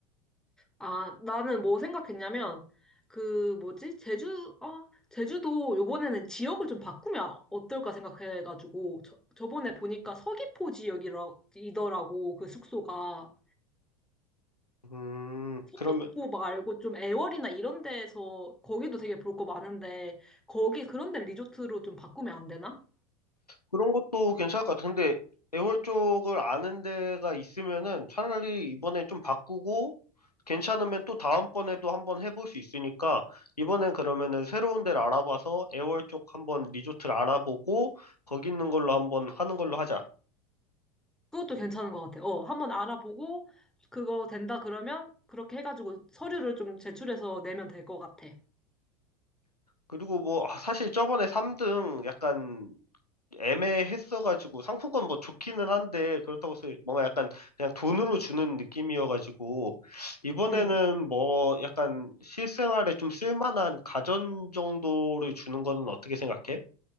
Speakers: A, in the centre; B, on the left (about 90°).
A: 아, 나는 뭐 생각했냐면, 그 뭐지? 제주, 아, 제주도 요번에는 지역을 좀 바꾸면 어떨까 생각해가지고, 저, 저번에 보니까 서귀포 지역이더라고, 그 숙소가.
B: 음,
A: 서귀포
B: 그러면
A: 말고 좀 애월이나 이런 데에서 거기도 되게 볼 거 많은데, 거기 그런 데 리조트로 좀 바꾸면 안 되나?
B: 그런 것도 괜찮을 것 같아. 근데 애월 쪽을 아는 데가 있으면은 차라리 이번엔 좀 바꾸고 괜찮으면 또 다음번에도 한번 해볼 수 있으니까 이번엔 그러면은 새로운 데를 알아봐서 애월 쪽 한번 리조트를 알아보고 거기 있는 걸로 한번 하는 걸로 하자.
A: 그것도 괜찮은 것 같아. 어, 한번 알아보고 그거 된다 그러면 그렇게 해가지고 서류를 좀 제출해서 내면 될 것 같아.
B: 그리고 뭐 아, 사실 저번에 3등 약간 애매했어가지고 상품권 뭐 좋기는 한데 그렇다고 해서 뭔가 약간 그냥 돈으로 주는 느낌이어가지고 이번에는
A: 응.
B: 뭐 약간 실생활에 좀 쓸만한 가전 정도를 주는 거는 어떻게 생각해?